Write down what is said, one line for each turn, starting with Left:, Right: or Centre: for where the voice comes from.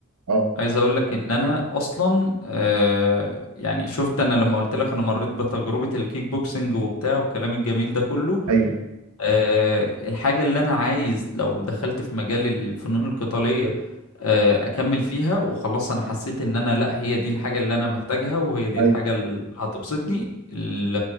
Right: اه
Left: عايز اقول لك ان انا اصلا آه يعني شفت انا لما قلت لك انا مريت بتجربة الكيك بوكسنج وبتاع والكلام الجميل ده كله
Right: ايوه
Left: آه، الحاجة اللي أنا عايز لو دخلت في مجال الفنون القتالية آه، أكمل فيها وخلاص أنا حسيت إن أنا لأ هي دي الحاجة اللي أنا محتاجها وهي دي
Right: ايوه
Left: الحاجة اللي هتبسطني ال-